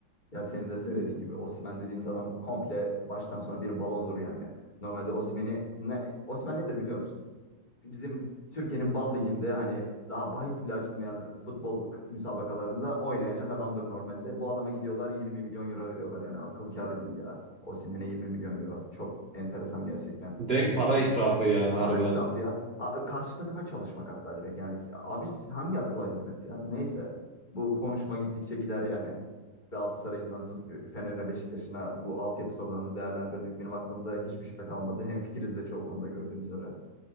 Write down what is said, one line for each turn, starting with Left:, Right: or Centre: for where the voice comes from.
Left: Ya senin de söylediğin gibi Osimhen dediğimiz adam komple baştan sona bir balondur yani. Normalde Osimhen'i ne Osimhen nedir biliyor musun? bizim Türkiye'nin Bal Ligi'nde hani daha bahis bile açılmayan futbol k- müsabakalarında oynayacak adamdır normalde. Bu adama gidiyorlar 20 milyon euro veriyorlar yani akıl kârı değil ya. Osimhen'e 20 milyon euro. Çok enteresan gerçekten.
Right: Direkt
Left: Dediğin
Right: para israfı yani harbiden.
Left: para israfı ya. Ha, karşı takıma çalışmak hatta direkt. Yani s- abiciğim siz hangi akıla hizmet ya? Neyse bu konuşma gittikçe gider yani. Galatasaray'ından tut Fener'ine Beşiktaş'ına bu altyapı sorunlarını değerlendirdik. Benim aklımda hiçbir şüphe kalmadı. Hemfikiriz de çoğu konuda gördüğümüz üzere.